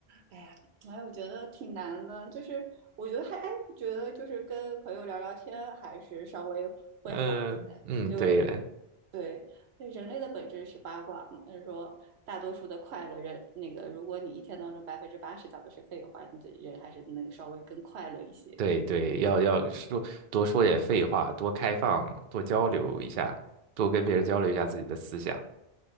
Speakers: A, on the right; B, on the right.
A: 哎呀，哎，我觉得挺难的，就是我觉得还哎，我觉得就是跟朋友聊聊天还是稍微会好一些，
B: 嗯嗯，
A: 因为
B: 对了。
A: 对，人类的本质是八卦嘛，就是说大多数的快乐人，那个如果你一天当中百分之八十讲的是废话，你的人还是能稍微更快乐一些。
B: 对对，要要说多说点废话，多开放，多交流一下，多跟别人交流一下自己的思想。